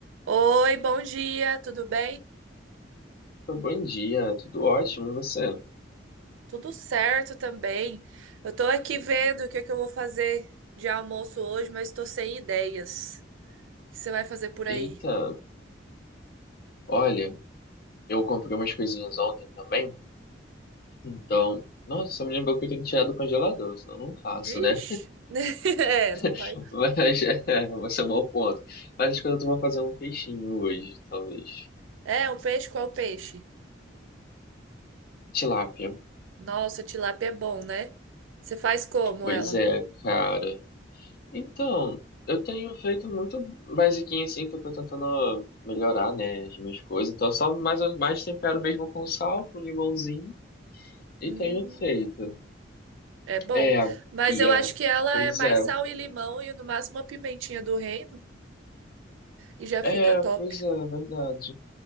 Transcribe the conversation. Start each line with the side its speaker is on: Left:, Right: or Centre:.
Right: Oi, bom dia, tudo bem?
Left: Bom dia, tudo ótimo, e você?
Right: Tudo certo também. Eu tô aqui vendo o que é que eu vou fazer de almoço hoje, mas tô sem ideias. O que você vai fazer por
Left: Eita,
Right: aí?
Left: olha, eu comprei umas coisinhas ontem também, então, nossa, só me lembrou que eu tenho que tirar do congelador, senão eu não faço,
Right: Vixe.
Left: né?
Right: <laughs> É, não vai.
Left: <laughs> Mas, é, você é um bom ponto. Mas acho que eu vou fazer um peixinho hoje, talvez.
Right: É, o peixe, qual peixe?
Left: Tilápia.
Right: Nossa, tilápia é bom, né? Você faz como
Left: Pois
Right: ela?
Left: é, cara. Então, eu tenho feito muito basiquinho assim, que eu tô tentando melhorar, né, as minhas coisas, então só mais, mais tempero mesmo com sal, com limãozinho, e
Right: Hum,
Left: tenho feito.
Right: é bom.
Left: É,
Right: Mas
Left: e
Right: eu
Left: é.
Right: acho que ela
Left: Pois
Right: é mais
Left: é.
Right: sal e limão e no máximo uma pimentinha do reino e já
Left: É,
Right: fica top.
Left: pois é, verdade.